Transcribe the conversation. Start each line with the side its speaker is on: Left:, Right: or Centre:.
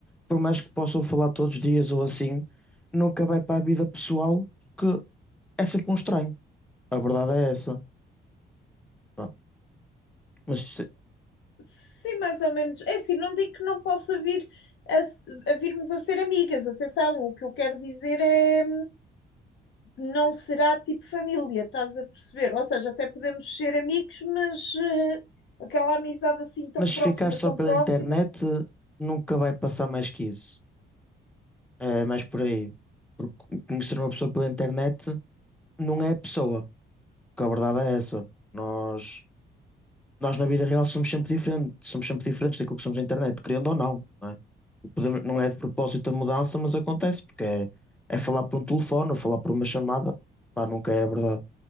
Centre: por mais que possam falar todos os dias ou assim, nunca vai para a vida pessoal, porque é sempre um estranho. A verdade é essa. Pá, Mas
Left: Sim, mais ou menos. É assim, não digo que não possa vir a, se- a virmos a ser amigas. Atenção, o que eu quero dizer é não será tipo família, estás a perceber? Ou seja, até podemos ser amigos, mas eh, aquela amizade assim tão
Centre: Mas se
Left: próxima,
Centre: ficar só
Left: tão
Centre: pela
Left: próxima.
Centre: internet, nunca vai passar mais que isso. É mais por aí. Porque conhecer uma pessoa pela internet não é pessoa. Porque a verdade é essa. Nós, nós na vida real somos sempre diferentes. Somos sempre diferentes daquilo que somos na internet, querendo ou não. Não é, Podemos- não
Left: Tem...
Centre: é de propósito a mudança, mas acontece. Porque é, é falar por um telefone ou falar por uma chamada. Pá, nunca é a verdade.